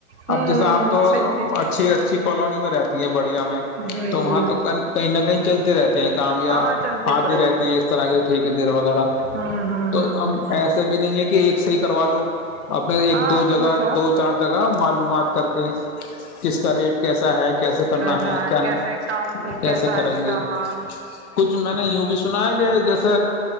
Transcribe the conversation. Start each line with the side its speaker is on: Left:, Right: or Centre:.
Right: ہوں
Left: اب جیسے آپ تو
Right: صحیح تھی
Left: اچھی اچھی کالونی میں رہتی ہیں بڑیا میں
Right: جی
Left: تو وہاں
Right: جی
Left: تو کل کہیں نہ کہیں چلتے رہتے ہیں کامیا
Right: ہاں چلتے
Left: آتے
Right: تو
Left: رہتے ہیں اس طرح کے ٹھیکے دیر وغیرہ
Right: ہوں ہوں
Left: تو
Right: ہوں
Left: اب
Right: ہوں
Left: ایسا بھی نہیں ہے کہ ایک صحیح کروا لو اپنے ایک
Right: ہاں
Left: دو جگہ
Right: پوچھو
Left: دو چار جگہ معلومات کر کے کس کا ریٹ کیسا ہے کیسے کرنا
Right: کیسا
Left: ہے کیا
Right: کیسے کام
Left: کیسے
Right: کیسا
Left: کریں
Right: ہے اس
Left: گے
Right: کا ہاں
Left: کچھ میں نے یوں بھی سنا ہے کہ جیسے